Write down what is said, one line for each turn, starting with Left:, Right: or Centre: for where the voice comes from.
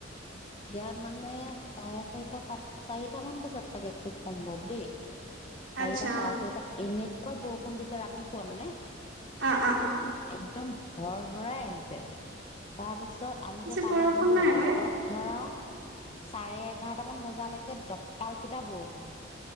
Left: ইয়াত মানে চাৰে চাৰিটা পাঁচ চাৰিটা মান বজাত চাগে খুব সম্ভৱ দেই, চাৰিটা
Right: আচ্ছা
Left: চাৰেচাৰিটাট এনেকোৱা, বৰষুণ দিছে ৰাতিপুৱা মানে,
Right: অ অ অ অ
Left: একদম, ঘ, ভৰাই আহিছে তাৰপিছত, পিছত আমি
Right: পিছে
Left: যে তালৈ
Right: বৰষুণ
Left: গ'লো
Right: নাই
Left: বাটত
Right: পাই
Left: ধৰা চাৰে এঘাৰটামান বজালৈকে দপালপিতা বৰষুণ